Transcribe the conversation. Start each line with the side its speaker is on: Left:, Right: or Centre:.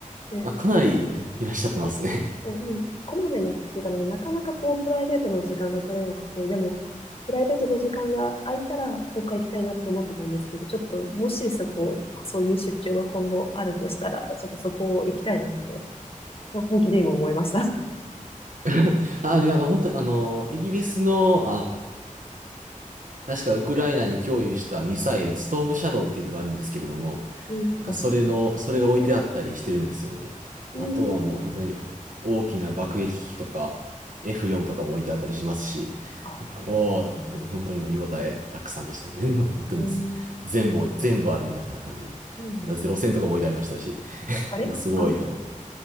Left: で、
Right: あ、かなりいらっしゃってますね。
Left: うん、こまめに行ってたので、なかなかこう、プライベートの時間が取れなくて、でも、プライベートの時間が空いたら、どっか行きたいなって思ってたんですけど、ちょっと、もしそこ、そういう出張が今後あるとしたら、ちょっとそこを行きたいなって、本気で今思いました。
Right: <laughs> あ、いや、あの本当に、あの、イギリスの、あ、確かウクライナに供与したミサイル、ストームシャドーっていうのがあるんですけれども、
Left: うん、
Right: なんかそれの、
Left: あ、い
Right: それが置いてあったりしてるんですよね。
Left: いか。
Right: あとはもう本当に大きな爆撃機とか F4 とかも置いてあったりしますし、
Left: あ、
Right: <laughs> おーって本当にもう見応えたくさんでしたね。
Left: うん、
Right: <laughs> 本当に
Left: えー、
Right: 全部全部あるみたいな感じで。
Left: うん
Right: なんかゼロ戦とかも置いてありましたし、<laughs>
Left: あれあ、
Right: なんかすごいと思って。